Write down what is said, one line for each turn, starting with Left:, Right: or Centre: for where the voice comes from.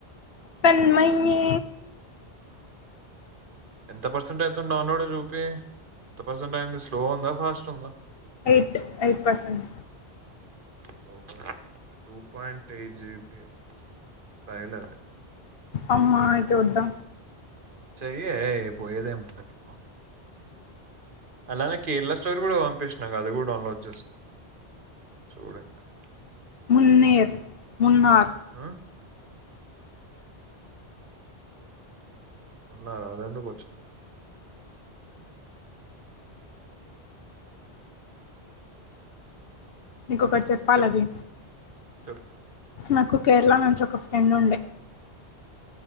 Left: తన్మయ్యే
Right: ఎంత పర్సెంట్ అవుతుంది డౌన్లోడ్ చూపి ఎంత పర్సెంట్ అయింది స్లో ఉందా ఫాస్ట్ ఉందా
Left: ఎయిట్ ఎయిట్ పర్సెంట్
Right: లో two point eight GB file అది
Left: అమ్మా అయితే వద్దా
Right: చెయ్యే పోయేదేముంది నకు అలానే కేరళ స్టోర్ కూడా పంపిస్తున అది కూడా డౌన్లోడ్ చేసుకో చూడు ఇంకా
Left: మున్నేర్ మున్నార్
Right: ఆ ఉన్నారు అదెందుకు వచ్చింది
Left: నీకొకటి చెప్పాలి
Right: చెప్
Left: అబి
Right: చెప్
Left: నాకు కేరళ నుంచి ఒక ఫ్రెండ్ ఉండే